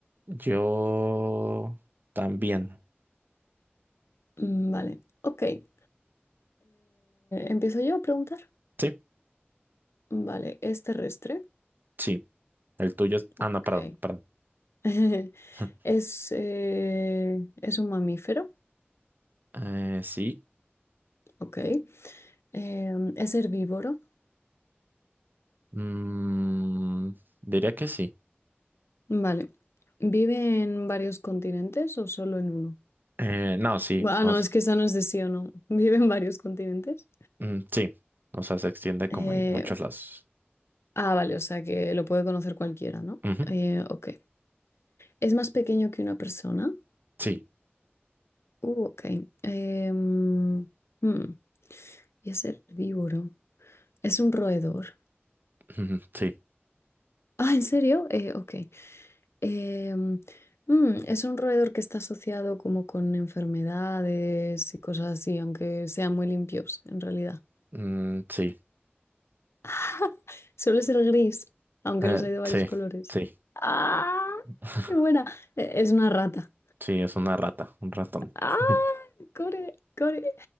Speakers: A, on the right; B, on the left.
A: Yo también.
B: Mm, Vale, ok. Eh, ¿empiezo yo a preguntar?
A: Sí,
B: Vale, ¿es terrestre?
A: sí. El tuyo es... Ah,
B: Ok.
A: no, perdón, perdón.
B: <laughs>
A: <laughs>
B: ¿Es, eh, es un mamífero?
A: Eh, sí.
B: Ok. Em, ¿es herbívoro?
A: Mm, diría que sí.
B: Vale. ¿Vive en varios continentes o solo en uno?
A: Eh, no, sí.
B: Bu- Ah,
A: o
B: no,
A: s-
B: es que esa no es de sí o no. <laughs> Vive en varios continentes.
A: mm, sí. O sea, se extiende
B: Eh,
A: como en muchos lados.
B: ah, vale, o sea que lo puede conocer cualquiera, ¿no?
A: Ujú,
B: Eh, ok. ¿Es más pequeño que una persona?
A: Sí.
B: Uh, ok. Em, hmm, Y es herbívoro. Es un roedor.
A: ujú, sí.
B: Ah, ¿en serio? Eh, ok. Em, mm, es un roedor que está asociado como con enfermedades y cosas así, aunque sean muy limpios en realidad.
A: mm, sí.
B: <laughs> Suele ser gris, aunque
A: eh,
B: los hay de varios
A: sí.
B: colores.
A: Sí.
B: ¡Ah!
A: <laughs>
B: ¡Qué buena! Eh, Es una rata.
A: Sí, es una rata, un ratón.
B: Ah,
A: <laughs>
B: core, core.